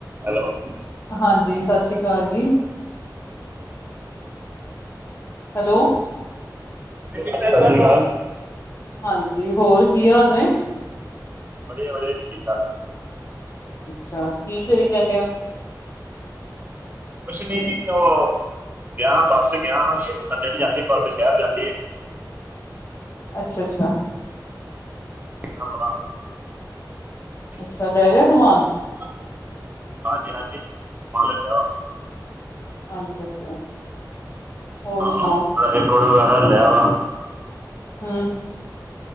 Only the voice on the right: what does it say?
ਹੈਲੋ
<unintelligible>
ਵਧੀਆ- ਵਧੀਆ ਜੀ ਠੀਕ -ਠਾਕ
ਕੁਛ ਨੀ ਉਹ ਗਿਆ ਬੱਸ ਗਿਆ, ਸੰਡੇ ਚ ਜਾਂਦੀ ਬੱਸ ਸ਼ਹਿਰ ਜਾਂਦੀ ਹੈ।
ਆਵਾ <unintelligible>
ਹਾਂਜੀ ਹਾਂਜੀ, ਸਮਾਨ ਲੈ ਲਿਆ
ਆਹ
ਡਰਾਈ ਫਰੂਟ ਵਗੈਰਾ ਲੇਆ ਵਾ